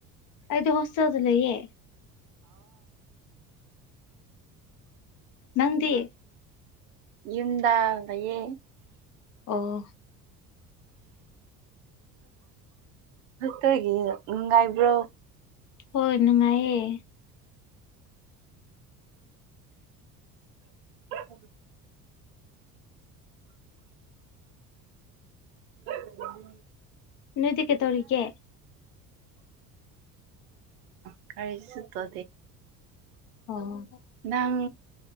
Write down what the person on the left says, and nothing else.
ꯑꯩꯗꯤ ꯍꯣꯁꯇꯦꯜꯗ ꯂꯩꯌꯦ ꯅꯪꯗꯤ
ꯑꯣ <inaudible> <inaudible>
ꯍꯣꯏ ꯅꯨꯡꯉꯥꯏꯌꯦ
ꯅꯣꯏꯗꯤ ꯀꯩ ꯇꯧꯔꯤꯒꯦ
ꯑꯣ